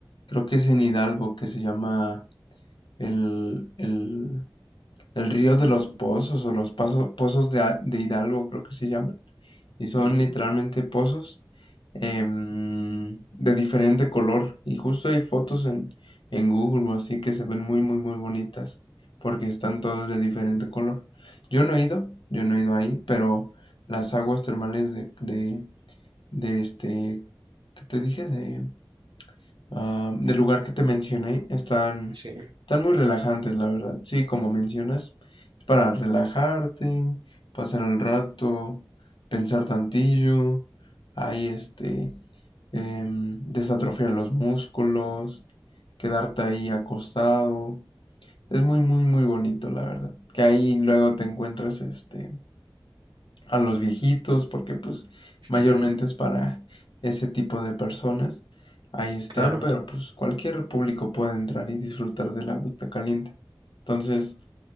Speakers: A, on the left (about 80°); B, on the right (about 75°).
A: creo que es en Hidalgo, que se llama el, el, el Río de los Pozos o los Paso- Pozos de, A- de Hidalgo, creo que se llama. y son
B: Ujú,
A: literalmente pozos em, de diferente color. Y justo hay fotos en, en Google así que se ven muy, muy, muy bonitas porque están todos de diferente color. Yo no he ido, yo no he ido ahí, pero las aguas termales de, de, de este, ¿qué te dije? De, ah, del lugar que te mencioné están,
B: Sí,
A: están muy relajantes, la verdad. Sí, como mencionas, es para relajarte, pasar el rato, pensar tantillo, ahí este, em, desatrofiar los músculos, quedarte ahí acostado. Es muy, muy, muy bonito, la verdad. Que ahí luego te encuentres este a los viejitos, porque pues
B: <laughs>
A: mayormente es para ese tipo de personas. Ahí están,
B: claro.
A: pero pues cualquier público puede entrar y disfrutar del agüita caliente. Entonces,